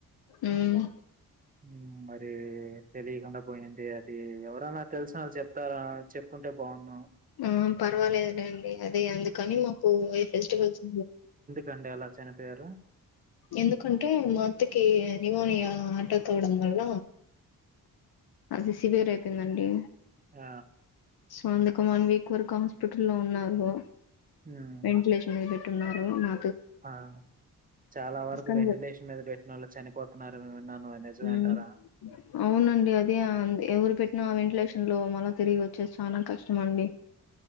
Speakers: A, on the left; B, on the right.
A: ఉమ్
B: హు <unintelligible> తెలియకుండా పోయింది అది ఎవరన్నా తెలిసిన వాళ్ళు చెప్తారా చె కుంటే బాగున్ను
A: హు పర్వాలేదు లేండి అదే అందుకని మాకు ఏ ఫెస్టివల్స్
B: కండి అలా చనిపోయారు
A: ఎందుకంటే మాత్తకి న్యుమోనియా అటాక్ అవ్వడం వల్ల అది సివర్ అయిపోయిందండి
B: ఆ
A: సో అందుకు వన్ వీక్ వరకు హాస్పిటల్ లో ఉన్నారు
B: ఉమ్
A: వెంటంటిలేషన్ టున్నారు నా
B: ఆ చాలా వరకు
A: అని
B: వెంటిలేషన్
A: చెప్
B: మీద పెట్టిన వాళ్ళు చనిపోతున్నారు విన్నాను నిజమే
A: హ
B: అంటారా
A: అవునండి అదే అంద ఎవరు పెట్టి వెంటిలేషన్ లో మళ్ళా తిరిగి వచ్చేసి చాలా కష్టం అండి